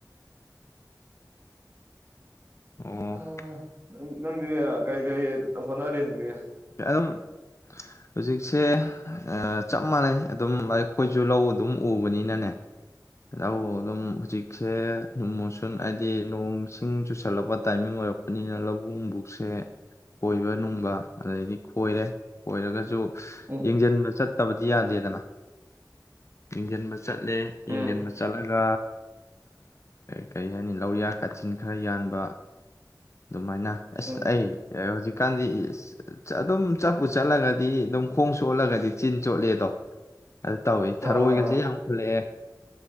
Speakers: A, on the left; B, on the right.
A: ꯑꯣ
B: ꯑꯗꯨꯗꯤ ꯅꯪꯗꯤ ꯀꯩ ꯀꯩ ꯇꯧꯈꯠꯅꯔꯆ ꯍꯧꯖꯤ
A: ꯑꯗꯨꯝ ꯍꯧꯖꯤꯛꯁꯦ ꯆꯞ ꯃꯥꯟꯅꯩ ꯑꯗꯨꯝ ꯑꯩꯈꯣꯏꯁꯨ ꯂꯧ ꯑꯗꯨꯝ ꯎꯕꯅꯤꯅꯅꯦ ꯂꯧ ꯑꯗꯨꯝ ꯍꯧꯖꯤꯛꯁꯦ ꯃꯨꯁꯟ ꯍꯥꯏꯗꯤ ꯅꯣꯡ ꯏꯁꯤꯡ ꯆꯨꯁꯜꯂꯛꯄ ꯇꯥꯏꯃꯤꯡ ꯑꯣꯏꯔꯛꯄꯅꯤꯅ ꯂꯧꯕꯨ ꯕꯨꯛꯁꯦ ꯀꯣꯏꯕ ꯅꯨꯡꯕ ꯑꯗꯩꯗꯤ ꯈꯣꯏꯔꯦ ꯈꯣꯏꯔꯒꯁꯨ
B: ꯎꯝ
A: ꯌꯦꯡꯁꯤꯟꯕ ꯆꯠꯇꯕꯗꯤ
B: ꯎꯝ
A: ꯌꯥꯗꯦꯗꯅ ꯏꯟꯖꯟ <unintelligible> ꯆꯠꯂꯦ
B: ꯎꯝ
A: ꯌꯦꯡꯁꯤꯟꯕ ꯆꯠꯂꯒ ꯀꯔꯤ ꯍꯥꯏꯅꯤ ꯂꯧꯔꯤꯌꯥ ꯀꯥꯆꯤꯟ ꯈꯔ ꯌꯥꯟꯕ ꯑꯗꯨꯃꯥꯏꯅ ꯑꯁ
B: ꯎꯝ
A: ꯑꯩ ꯍꯧꯖꯤꯛꯀꯥꯟꯗꯤ ꯑꯗꯨꯝ ꯆꯠꯄꯨ ꯆꯠꯂꯒꯗꯤ ꯑꯗꯨꯝ ꯈꯣꯡ ꯁꯣꯜꯂꯒꯗꯤ ꯆꯤꯟ ꯆꯣꯠꯂꯦ ꯑꯗꯣ ꯑꯗꯨ ꯇꯧꯏ ꯊꯔꯣꯏꯒꯁꯦ
B: ꯑꯥ
A: ꯌꯥꯝ ꯄꯨꯨꯜꯂꯛꯑꯦ